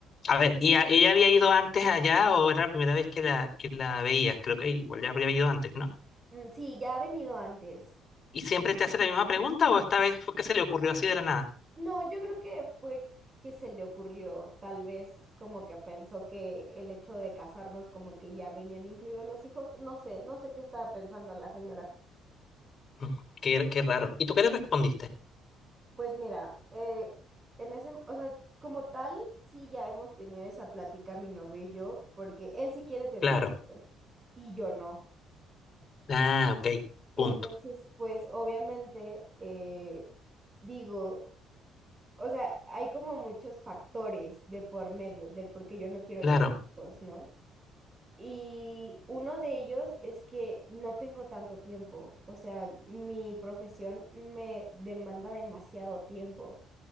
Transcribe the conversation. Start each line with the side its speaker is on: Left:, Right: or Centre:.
Left: a ver, ¿y a- ella había ido antes allá o era la primera vez que la, que la veías? Creo que igual ya habría ido antes, ¿no?
Right: Mm, sí, ya ha venido antes.
Left: ¿Y siempre te hace la misma pregunta o esta vez fue que se le ocurrió así de la nada?
Right: No, yo creo que fue que se le ocurrió, tal vez como que pensó que el hecho de casarnos como que ya venían incluidos los hijos, no sé, no sé qué estaba pensando la señora.
Left: Mm, Qué, qué raro. ¿Y tú qué le respondiste?
Right: Pues mira, eh, en ese, o sea, como tal, sí ya hemos tenido esa plática mi novio y yo, porque él sí quiere tener
Left: Claro.
Right: hijos y yo no.
Left: Ah, ok.
Right: Entonces,
Left: Punto.
Right: pues obviamente, eh, digo, o sea, hay como muchos factores de por medio del por qué yo no quiero
Left: Claro,
Right: tener hijos, ¿no? Y uno de ellos es que no tengo tanto tiempo, o sea, mi profesión me demanda demasiado tiempo.